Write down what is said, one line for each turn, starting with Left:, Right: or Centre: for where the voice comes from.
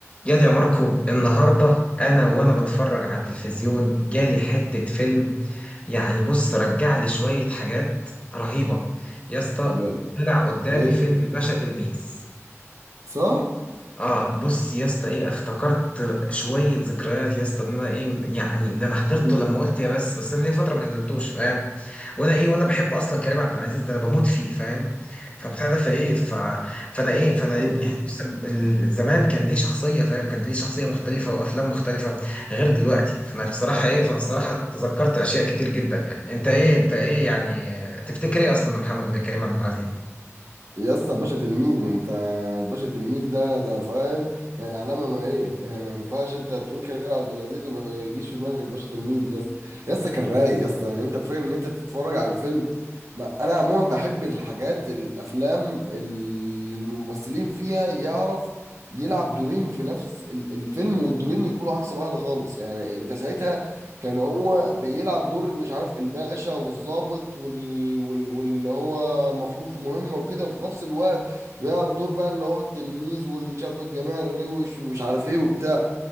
Left: يا دي يا ماركو النهاردة أنا وأنا بتفرج على التلفزيون جالي حتة فيلم يعني بص رجع لي شوية حاجات رهيبة يا اسطى
Right: ده
Left: طلع قدامي
Right: ده ايه
Left: فيلم
Right: ده؟
Left: الباشا تلميذ
Right: صح؟
Left: اه بص يا اسطى ايه افتكرت شويه ذكريات يا اسطى ان انا ايه يعني ده انا حضرته
Right: مم.
Left: لما قلت يا بس بس انا ليا فتره ما حضرتوش فاهم وانا ايه وانا بحب اصلا كريم عبد العزيز ده انا بموت فيه فاهم فبتاع ده فايه ف... فانا ايه فانا
Right: مم.
Left: يعني بص ال- زمان كان ليه شخصيه فاهم كانت ليه شخصيه مختلفه وافلام مختلفه غير دلوقتي فانا بصراحه ايه فانا الصراحه تذكرت اشياء كتير جدا يعني انت ايه انت ايه يعني تفتكر ايه اصلا محمد كريم عبد العزيز
Right: يا اسطى باشا تلميذ ما انت باشا تلميذ ده ده فاهم يعني علامه ما ايه يعني ما ينفعش انت تقول كريم عبد العزيز وما يجيش في دماغك الباشا تلميذ يا اسطى يا اسطى كان رايق يا اسطى يعني انت الفكره ان انت تتفرج على الفيلم ما انا عموما بحب الحاجات الافلام اللي الممثلين فيها يعرف يلعب دورين في نفس ال- الفيلم والدورين يكونوا عكس بعض خالص يعني انت ساعتها كان هو بيلعب دور مش عارف الباشا والضابط وال... وال... واللي هو مفروض في مهمة وكده وفي نفس الوقت بيلعب دور بقى اللي هو التلميذ والشاب الجماعي الروش ومش عارف ايه وبتاع